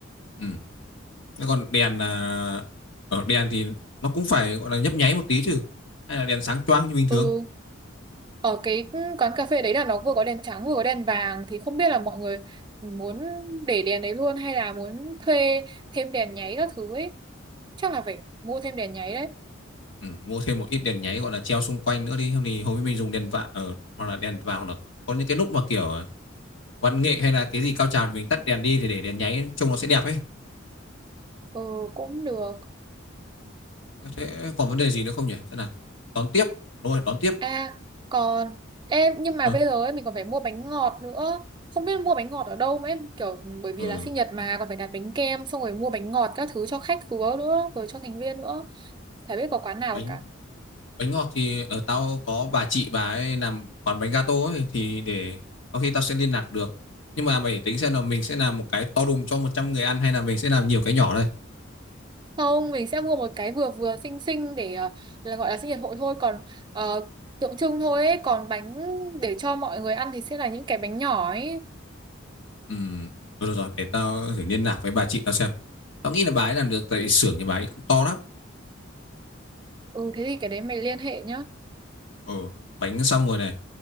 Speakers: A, on the left; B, on the right.
A: Ừ. Thế còn đèn là ở đèn thì nó cũng phải gọi là nhấp nháy một tí chứ hay là đèn sáng choang như bình thường
B: ừ ở cái quán cà phê đấy là nó vừa có đèn trắng vừa có đèn vàng thì không biết là mọi người muốn để đèn đấy luôn hay là muốn thuê thêm đèn nháy các thứ ấy chắc là phải mua thêm đèn nháy đấy
A: ừ, mua thêm một ít đèn nháy gọi là treo xung quanh nữa đi không thì hôm ấy mình dùng đèn vạ ở hoặc là đèn vào hoặc là có những cái lúc mà kiểu ờ, văn nghệ hay là cái gì cao trào thì mình tắt đèn đi thì để đèn nháy trông nó sẽ đẹp ấy
B: ừ cũng được
A: thế còn vấn đề gì nữa không nhỉ thế nào đón tiếp đúng rồi đón tiếp
B: À còn em nhưng mà
A: ờ
B: bây giờ ấy, mình còn phải mua bánh ngọt nữa. Không biết mua bánh ngọt ở đâu mà em kiểu bởi vì
A: ừ.
B: là sinh nhật mà còn phải đặt bánh kem xong rồi mua bánh ngọt các thứ cho khách khứa nữa rồi cho thành viên nữa. Chả biết có quán nào
A: bánh
B: cả.
A: bánh ngọt thì ở tao có bà chị bà ấy làm quán bánh gato ấy thì để có khi tao sẽ liên lạc được nhưng mà mày phải tính xem là mình sẽ làm một cái to đùng cho 100 người ăn hay là mình sẽ làm nhiều cái nhỏ đây
B: Không, mình sẽ mua một cái vừa vừa xinh xinh để ờ, là gọi là sinh nhật hội thôi còn ờ, tượng trưng thôi ấy, còn bánh để cho mọi người ăn thì sẽ là những cái bánh nhỏ ấy.
A: Ừm, rồi rồi rồi để tao thử liên lạc với bà chị tao xem tao nghĩ là bà ấy làm được tại vì xưởng nhà bà ấy cũng to lắm
B: Ừ thế thì cái đấy mày liên hệ nhá.
A: ừ bánh xong rồi này